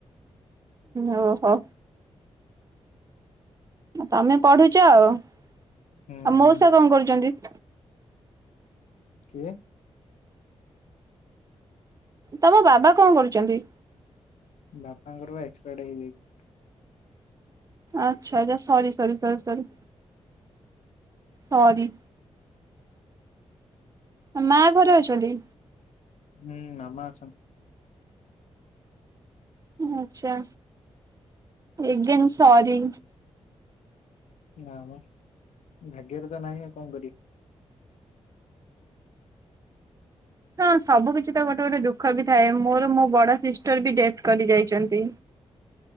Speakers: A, on the right; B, on the left.
A: ଉଁ ଓହୋ। ଆ ତମେ ପଢୁଚ ଆଉ ଆଉ
B: ହୁଁ।
A: ମଉସା କଣ କରୁଚନ୍ତି?
B: କିଏ?
A: ତମ ବାବା କଣ କରୁଚନ୍ତି?
B: ବାପାଙ୍କର ପା ଏକ୍ସପାୟାଡ଼ ହେଇଯାଇଚି।
A: ଆଚ୍ଛା ଆଚ୍ଛା ସରି ସରି ସରି ସରି ସରି। ଆ ମା ଘରେ ଅଛନ୍ତି?
B: ହୁଁ ମାମା ଅଛନ୍ତି।
A: ଆଛା ଏଗେନ୍ ସରି।
B: ନା ମ୍ ଭାଗ୍ୟରେ ତ ନାହିଁ ଆଉ କଣ କରିବି।
A: ହଁ ସବୁ କିଛି ତ ଗୋଟେ ଗୋଟେ ଦୁଃଖ ବି ଥାଏ ମୋର ମୋ ବଡ ସିଷ୍ଟର୍ ବି ଡେଥ୍ କରି ଯାଇଚନ୍ତି।